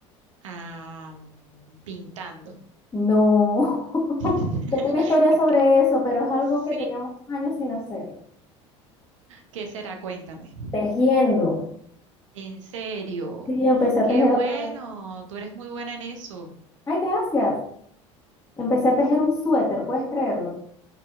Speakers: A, on the right; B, on the left.
A: Ah, mm, pintando.
B: No, <laughs>
A: <laughs>
B: tengo una historia sobre
A: ¿Qué-
B: eso, pero es algo
A: Sí,
B: que tenía muchos años sin hacer.
A: ¿qué será? Cuéntame.
B: Tejiendo.
A: En serio.
B: Sí, empecé a
A: Qué
B: tejer
A: bueno,
B: otra vez.
A: tú eres muy buena en eso.
B: Ay, gracias. Empecé a tejer un suéter, ¿puedes creerlo?